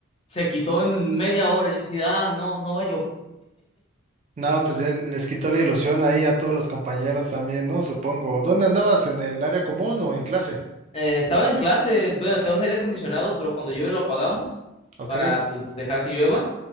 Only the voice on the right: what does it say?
No, pues ya les quitó la ilusión ahí a todos los compañeros también, ¿no? Supongo. ¿Dónde andabas? ¿En el área común o en clase?
Ok.